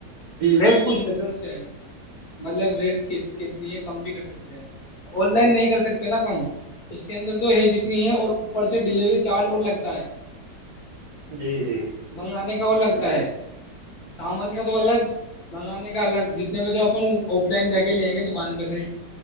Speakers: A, on the right (about 70°); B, on the left (about 60°).
A: جی
B: ریٹ
A: جی
B: پوچھ لیتے کیا ہے مطلب ریٹ کتنی ہے کم بھی کر سکتے ہیں آن لائن نہیں کر سکتے نا کم اس کے اندر تو ہے ج ت ہے اور اوپر سے ڈلیوری چارج اور لگتا ہے
A: جی جی
B: منگانے کا اور لگتا
A: بالکل
B: ہے سامان <unintelligible> تو الگ منگانے کا الگ <unintelligible> اپن آف لن ج <unintelligible> ل آ گ <unintelligible> دکان پہ سے